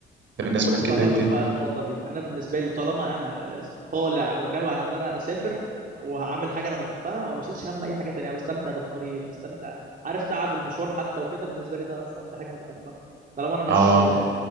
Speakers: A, on the right (about 70°); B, on the right (about 45°).
A: ده بالنسبه
B: ما انا
A: لك
B: هفهمك
A: كده إيه الدنيا
B: بقى النقطه دي انا بالنسبه لي طالما انا طالع وناوي على ان انا اسافر وهعمل حاجه انا بحبها ما بشيلش هم اي حاجه تانية بستمتع بالطريق بستمتع عارف تعب المشوار حتى وكده بالنسبه لي ده اصلا دي حاجه انا بحبها طالما انا مش
A: اه